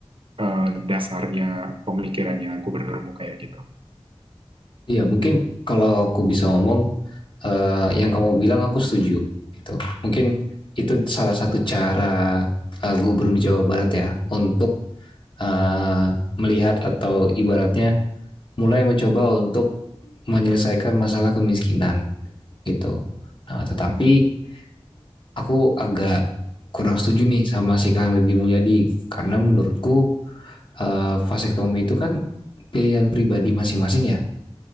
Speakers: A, on the right; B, on the left.
A: eh, dasarnya pemikirannya gubernurmu kayak gitu?
B: Iya, mungkin kalau aku bisa ngomong eh, yang kamu bilang aku setuju gitu. Mungkin itu salah satu cara eh, Gubernur Jawa Barat ya untuk eh, melihat atau ibaratnya mulai mencoba untuk menyelesaikan masalah kemiskinan. gitu. Nah, tetapi
A: Hmm.
B: aku agak kurang setuju nih sama si Kang Deddy Mulyadi karena menurutku eh, vasektomi itu kan pilihan pribadi masing-masing ya